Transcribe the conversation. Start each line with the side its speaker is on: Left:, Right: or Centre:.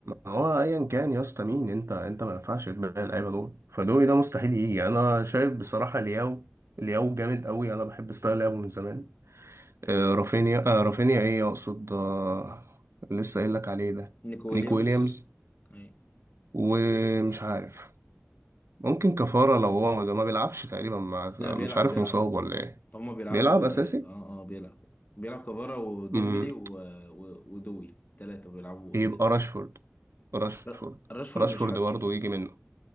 Right: هو ايا كان يا اسطى مين انت انت ما ينفعش تبيع اللعيبه دول فدوي ده مستحيل يجي انا شايف بصراحه لياو لياو جامد قوي انا بحب ستايل لياو من زمان آه، رافينيا آه، رافينيا ايه اقصد آه، لسه قايل لك عليه ده
Left: نيكو ويليامز
Right: نيك ويليامز
Left: أي.
Right: ومش عارف ممكن كفارة لو هو ده ما بيلعبش تقريبا مع
Left: لا
Right: مش
Left: بيلعب
Right: عارف
Left: بيلعب
Right: مصاب ولا ايه
Left: هما بيلعب
Right: بيلعب
Left: اه
Right: أساسي
Left: اه آه، بيلعب بيلعب كفارا وديمبلي
Right: امم
Left: و... و... ودوي ثلاثة بيلعبوا
Right: يبقى
Left: قدام
Right: راشفورد راشفورد
Left: ر- راشفورد
Right: راشفورد
Left: مش حاسه
Right: برضه
Left: يعني.
Right: يجي منه